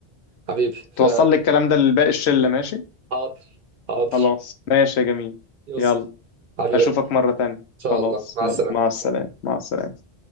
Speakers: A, on the right; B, on the left.
A: حبيبي ف
B: توصل لي الكلام ده لباقي الشلة ماشي
A: حاضر حاضر
B: خلاص ماشي يا جميل
A: يوصل
B: يلا
A: حبيب
B: أشوفك
A: قلبي
B: مرة تانية
A: إن شاء
B: خلاص
A: الله مع
B: يلا
A: السلامة
B: مع السلامة مع السلامة